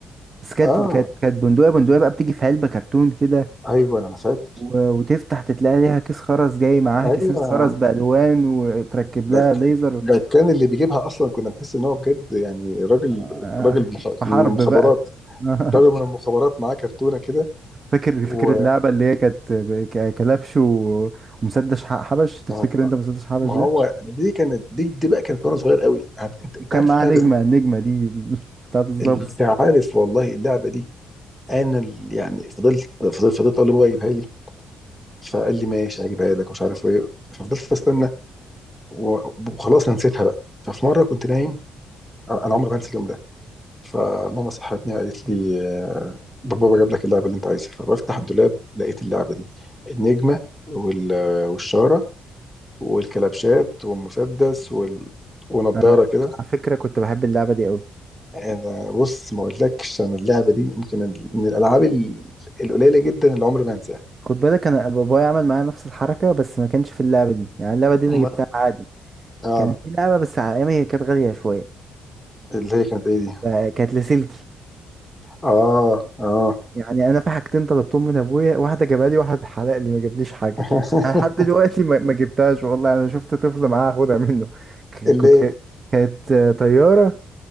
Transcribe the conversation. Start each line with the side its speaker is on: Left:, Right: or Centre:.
Right: بس كانت
Centre: آه
Right: كانت كانت بندقيه بندقيه بقى بتيجي في علبه كرتون كده
Centre: أيوه أنا فاكر
Right: و- وتفتح تتلاقي ليها كيس خرز جاي معاها
Centre: أيوه
Right: كيسين خرز بألوان وتركب
Centre: ده
Right: لها
Centre: ك-
Right: ليزر
Centre: ده
Right: <laughs>
Centre: كان اللي بيجيبها أصلا كنا بنحس إن هو بجد يعني راجل
Right: آه،
Centre: راجل مخ-
Right: حرب
Centre: من المخابرات
Right: بقى <laughs>
Centre: راجل من المخابرات معاه كرتونة كده
Right: فاكر
Centre: و
Right: فاكر اللعبة اللي هي كانت ب- ك- كلبش و- ومسدس ح- حبش تفتكر
Centre: آه،
Right: انت مسدس حبش
Centre: ما هو
Right: ده
Centre: دي كانت دي دي بقى كانت وأنا صغير قوي عاد- أنت أنت
Right: وكان
Centre: عارف
Right: معاها
Centre: اللعبة
Right: نجمة
Centre: دي
Right: النجمة دي <laughs> بتاعت الظابط
Centre: أنت عارف والله اللعبة دي أنا اللي يعني فضلت فضلت فضلت أقول لبابا يجيبها لي فقال لي ماشي هجيبها لك مش عارف ايه ففضلت استنى و- وخلاص انا نسيتها بقى ففي مره كنت نايم انا عمري ما انسى اليوم ده فماما صحتني قالت لي آه، بابا جاب لك اللعبه اللي انت عايزها فبفتح الدولاب لقيت اللعبه دي النجمه وال... والشاره والكلبشات والمسدس وال... ونضاره
Right: أنا-
Centre: كده
Right: على فكرة كنت بحب اللعبة دي قوي
Centre: انا بص ما اقولكش انا اللعبه دي يمكن ال- من الالعاب ال- القليله جدا اللي عمري ما انساها
Right: خد بالك انا بابايا عمل معايا نفس الحركة بس ما كانش في اللعبة دي يعني اللعبة دي انا
Centre: أما-
Right: جبتها عادي
Centre: اه
Right: كان في لعبة بس على ايامي هي كانت غالية شوية
Centre: اللي هي كانت ايه دي
Right: آه، كانت لاسلكي
Centre: اه اه
Right: يعني انا في حاجتين طلبتهم من ابويا واحده جابها لي واحد حرق لي ما جابليش حاجه
Centre: <laughs>
Right: انا لحد دلوقتي ما ما جبتهاش والله انا شفت طفل معاه اخدها منه ك-
Centre: اللي
Right: كنت ك- كانت آه، طياره